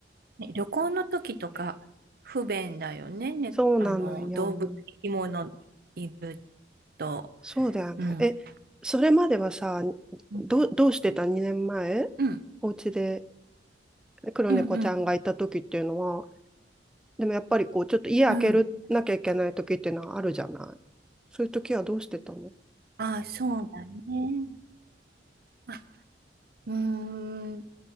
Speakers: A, on the right (about 55°); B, in the centre.
A: ね、旅行の時とか不便だよね。ね、
B: そうなのよ。
A: あの、動物、生き物いると。
B: そうだよね。
A: うん。
B: え、それまではさ、
A: うん、
B: ど、どうしてた2年前
A: うん、
B: お家で黒猫ちゃんがいた時っていうのは、
A: うん、うん。
B: でもやっぱりこう、ちょっと家開けるなきゃいけない時っていうのはあるじゃない。
A: うん
B: そういう時はどうしてたの
A: ああ、そうだね。あ、うーん。